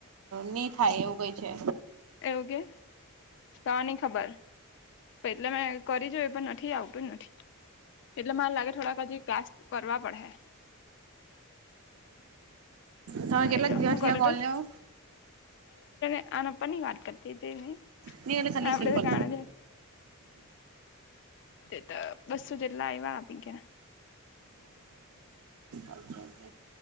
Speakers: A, on the right (about 75°); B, on the left (about 55°).
A: નહી થાય એવું કઈ છે.
B: એવું કે તો ની ખબર એટલે મેં કરી જો પણ નથી આવતું જ નથી. એટલે મને લાગે થોડાક હજી ક્લાસ કરવા પડે.
A: તમે કેટલાક
B: એટલે
A: દિવસથી
B: હું કરે
A: કોલયો.
B: આનપા ની વાત કરતી હતીને
A: નહી એટલે ખાલી
B: આપડે
A: સિમ્પલ
B: તો ગણ્યા. તે તો બસું જેટલા આવ્યા આપી કે.
A: અચ્છા.